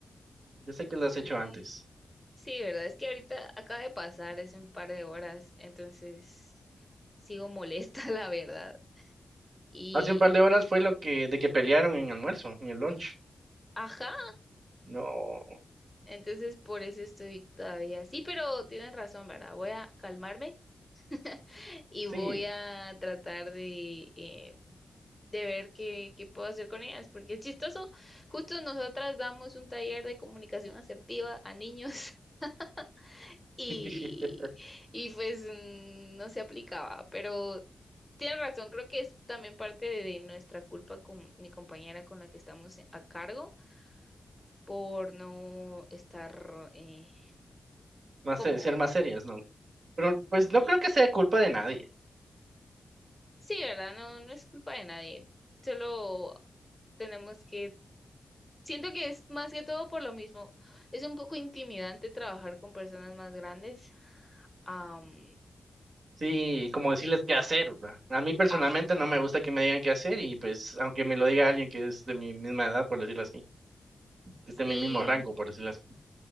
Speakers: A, on the right; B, in the centre.
A: Yo sé que lo has hecho
B: Sí,
A: antes.
B: sí, verdad, es que ahorita acaba de pasar hace un par de horas, entonces sigo molesta, <laughs> la verdad. Y,
A: Hace un par de horas fue lo que, de que pelearon en almuerzo, en el lunch.
B: ajá,
A: No,
B: entonces por eso estoy todavía. Sí, pero tienen razón, ¿verdad? Voy a calmarme <laughs> y
A: sí.
B: voy a tratar de eh, de ver qué, qué puedo hacer con ellas, porque es chistoso. Justo nosotras damos un taller de comunicación asertiva a niños <laughs> y,
A: <laughs>
B: y pues mm, no se aplicaba, pero tienes razón, creo que es también parte de nuestra culpa con mi compañera con la que estamos a cargo por no estar eh,
A: Más,
B: como...
A: se- ser más serias, ¿no? Pero pues no
B: Sí,
A: creo que sea culpa de nadie.
B: sí, ¿verdad? No, no es culpa de nadie, solo tenemos que Siento que es más que todo por lo mismo. Es un poco intimidante trabajar con personas más grandes. Am,
A: Sí, como decirles qué hacer, ¿verdad? A mí personalmente
B: ajá.
A: no me gusta que me digan qué hacer y pues aunque me lo diga alguien que es de mi misma edad, por decirlo así, que
B: Sí,
A: esté en mi mismo rango, por decirlo así.